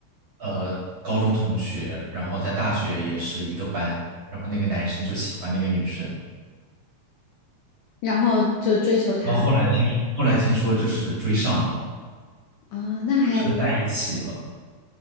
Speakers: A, on the right; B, on the left.
A: 呃高中同学，然后在大学也是一个班，然后那个男生就喜欢那个女生，
B: 然后就追求他
A: 然后后来听后来听说就是追上了，
B: 啊，那还
A: 就真的在一起了。